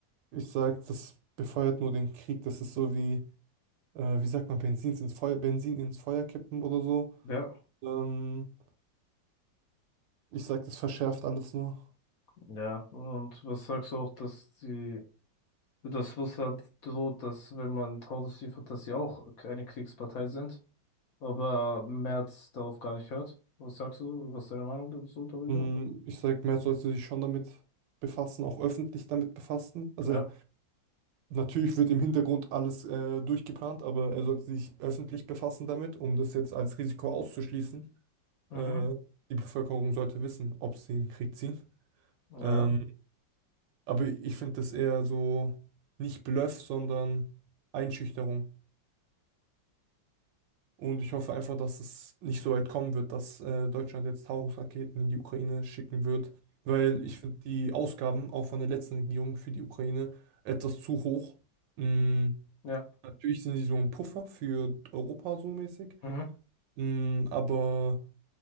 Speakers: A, on the right; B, on the left.
A: Ich sage, das befeuert nur den Krieg. Das ist so wie äh, wie sagt man, Benzins ins Feuer, Benzin ins Feuer kippen oder so.
B: Ja,
A: Ähm, ich sag, das verschärft alles nur.
B: ja. Und was sagst du auch, dass die, dass Russland droht, dass wenn man Taurus liefert, dass sie auch eine Kriegspartei sind, aber Merz darauf gar nicht hört? Was sagst du? Was ist deine Meinung so darüber?
A: Mm, Ich sag, mehr sollte sich schon damit befassen, auch öffentlich damit befassen. Also
B: Ja.
A: natürlich wird im Hintergrund alles äh, durchgeplant, aber er sollte sich öffentlich befassen damit, um das jetzt als Risiko auszuschließen.
B: Mhm.
A: Äh, die Bevölkerung sollte wissen, ob sie in den Krieg ziehen.
B: Ja.
A: Ähm, aber ich finde das eher so nicht Bluff, sondern Einschüchterung. Und ich hoffe einfach, dass es nicht so weit kommen wird, dass äh, Deutschland jetzt Taurus-Raketen in die Ukraine schicken wird, weil ich finde die Ausgaben auch von der letzten Regierung für die Ukraine etwas zu hoch. Mm,
B: Ja.
A: natürlich sind sie so ein Puffer für Europa so mäßig,
B: Mhm.
A: mm, aber